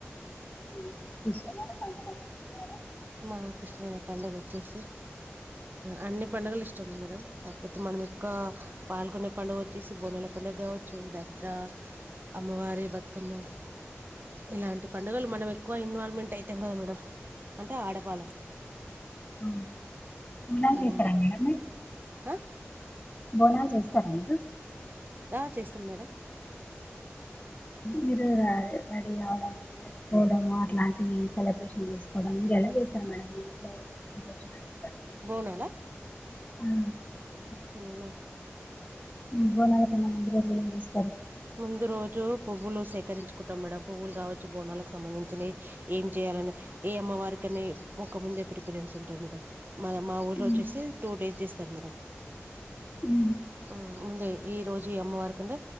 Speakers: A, on the left; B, on the right.
A: ఆ ఇష్టమైన పండగ చెప్తారా
B: మాకు ఇష్టమైన పండుగ వచ్చేసి అన్ని పండుగలు ఇష్టం మేడం కాకపోతే మనం ఎక్కువ పాల్గొనే పండుగ వచ్చేసి బోనాల పండుగ కావచ్చు దసరా అమ్మవారి బతుకమ్మ ఇలాంటి పండుగలు మనం ఎక్ క్కువ ఇన్వాల్వమెంట్ అయితం కదా మేడమ్ అంటే ఆడవాళ్ళం
A: ఆ బోనాలు
B: అలాంటి
A: చేసరా మేడం మీర్
B: ఆ
A: బోనాలు చేస్తారా మీరు
B: ఆ చేస్తాం మేడం
A: మీరు ర రెడీ అవడంేవడము అట్లాంటివి సెలబ్రేషన్ చేసుకోవడం మీరు ఎలా చేస్తారు మేడం మీ ఇంట్లోు <unintelligible>
B: బోనాల
A: అ
B: హూ నా
A: హుమ్ బోనాలకన్న ముందు రోజు ఏం చేస్
B: ముందు రోజు పువ్వులు సేకరించ్ కుటం మేడమ్ పువ్వులు కావచ్చు బోనాలకు సంబంధించినవి ఏం చేయాలని ఏ అమ్మవారిికనే ఒక ముందే ప్రిపరేన్స్ ఉంటది మేడం మన మా ఊర్లో
A: ఉమ్,
B: వచ్చేసి టూ డేస్ చేస్ తర్ మేడం
A: ఉమ్.
B: ఆ ముందే ఈ రోజు ఈ అమ్మవారి కంటే